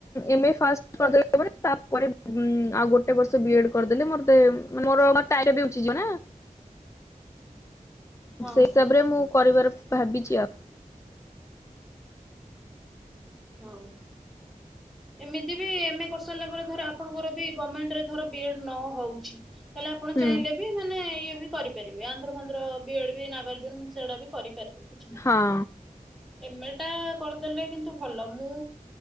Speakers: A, on the left; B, in the centre.
A: ଏମ ଏ ଫାଷ୍ଟ କରିଦେଲା ପରେ ତାପରେ ଆଉ ଗୋଟେ ଗୋଟେ ବର୍ଷ ବି ଏ ଡ କରିଦେଲେ ମୋତେ ମୋର ଟାୟ ବି ଉଠିଯିବା ନା।
B: <inaudible> ହଁ
A: ସେଇ ହିସାବରେ
B: ହଁ
A: ମୁଁ କରିବାର ଭାବିଛି ଆଉ।
B: ହଉ। ଏମିତି ବି ଏମ ଏ କରିସାରିଲା ପରେ ଧର ଆପଣଙ୍କର ବି ଗମେଣ୍ଟ ରେ ଧର ବିଏଡ ନ ହଉଛି। ତାହେଲେ ଆପଣ
A: ହୁଁ
B: ଚାହିଁଲେ ବି ବି ମାନେ ଇଏ ବି କରିପାରିବେ ଆନ୍ଧ୍ର ଫାନ୍ଧ୍ର ବି ଏଡ୍ ବି ନାଗାର୍ଜୁନ ସେଗୁଡା ବି କରିପାରିବେ। କିଛି ନା
A: ହଁ।
B: ଏମଟା କରିଦେଲେ କିନ୍ତୁ ଭଲ ମୁଁ